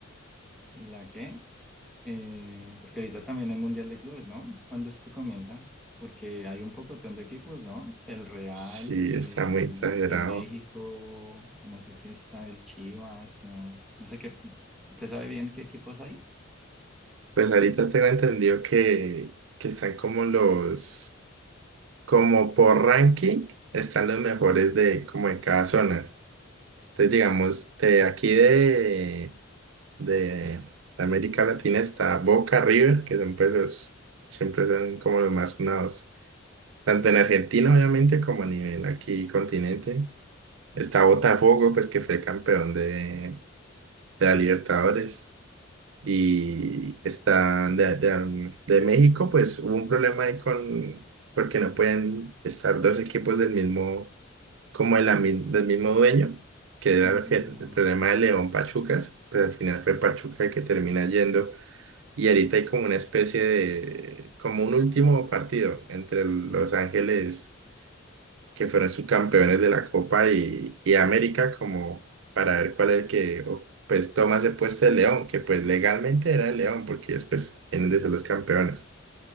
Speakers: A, in the centre; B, on the right.
A: ¿la qué? Eh, porque ahorita también hay Mundial de Clubes, ¿no? ¿Cuándo es que comienza? Porque hay un pocotón de equipos, ¿no? Que el Real,
B: sí,
A: que
B: está
A: el
B: muy exagerado.
A: de México, no sé quién está, el Chivas, no, no sé qué. ¿Usted sabe bien qué equipos hay?
B: Pues ahorita tengo entendido que, que están como los, como por ranking, están los mejores de como en cada zona. Entonces, digamos, de aquí de, de América Latina está Boca, River, que son pues los, siempre son como los más sonados. Tanto en Argentina, obviamente, como a nivel aquí continente. Está Botafogo, pues que fue campeón de, de la Libertadores. Y está de, de, um, de México, pues hubo un problema ahí con, porque no pueden estar dos equipos del mismo, como de la mi- del mismo dueño, que era
A: Mm,
B: lo que, el
A: No,
B: problema de León Pachucas, pero al final fue Pachuca el que termina yendo. Y ahorita hay como una especie de, como un último partido entre Los Ángeles que fueron subcampeones de la Copa y, y América como para ver cuál es el que o, pues toma ese puesto de León, que pues legalmente era el León porque ellos pues en de ser los campeones.